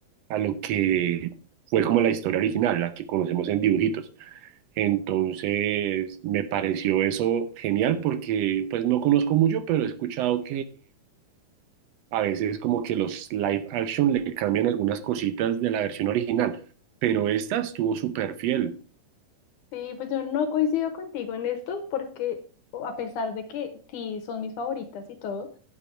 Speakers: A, on the right; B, on the left.
A: a lo que fue como la historia original, la que conocemos en dibujitos. Entonces me pareció eso genial porque pues no conozco mucho, pero he escuchado a veces como que los live action le cambian algunas cositas de la versión original, pero esta estuvo súper fiel.
B: Sí, pues yo no coincido contigo en esto porque o- a pesar de que sí son mis favoritas y todo,